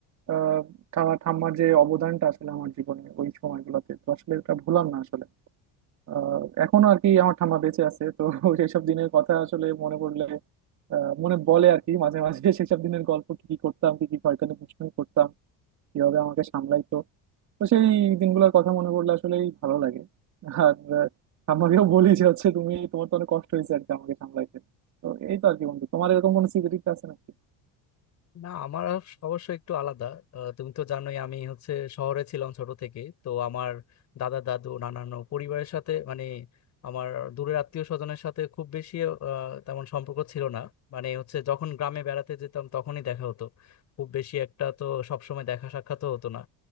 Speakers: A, on the right; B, on the left.
A: আহ ঠাম্মা- ঠাম্মার যে অবদানটা আসলে আমার জীবনে ওই সময়গুলোতে তো আসলে এটা ভুলার না আসলে আহ এখনো আর কি আমার ঠাম্মা বেঁচে আছে তো <laughs> সেসব দিনের কথা আসলে মনে পড়লে আহ মনে পড়ে আর কি মাঝে মাঝে <laughs> সেসব দিনের গল্প কি কি করতাম কি কি হয়তো দুষ্টুমি করতাম কিভাবে আমাকে সামলাইতো তো সেই দিনগুলোর কথা মনে পড়লে আসলেই ভালো লাগে আর আহ, ঠাম্মাকেও বলি যে হচ্ছে তুমি তোমার তো অনেক কষ্ট হয়েছে আর কি আমাকে সামলাইতে তো এই তো আর কি বন্ধু তোমার এরকম কোনো স্মৃতি আছে নাকি
B: না আমার অবশ্য একটু আলাদা আহ, তুমি তো জানোই আমি হচ্ছে শহরে ছিলাম ছোট থেকে তো আমার দাদা দাদু নানানো পরিবারের সাথে মানে আমার দূরের আত্মীয় স্বজনের সাথে খুব বেশি আহ, তেমন সম্পর্ক ছিল না মানে হচ্ছে যখন গ্রামে বেড়াতে যেতাম তখনই দেখা হতো খুব বেশি একটা তো সবসময় দেখা সাক্ষাৎও হতো না